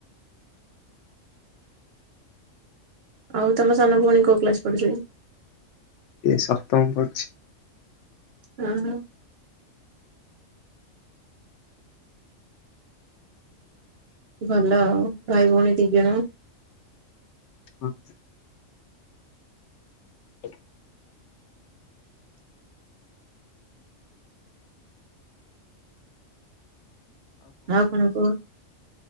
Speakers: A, on the right (about 60°); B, on the left (about 70°).
A: ଆଉ ତମ ସାନ ଭଉଣୀ କୋଉ କ୍ଲାସ ପଢୁଚି।
B: ଏ ସପ୍ତମ ପଢ୍ଚି।
A: ହଁ ହ। ଭଲ ଆଉ ଭାଇ ଭଉଣୀ ଦି ଜଣ।
B: ହୁଁ। ହ
A: ଆଉ କଣ କହ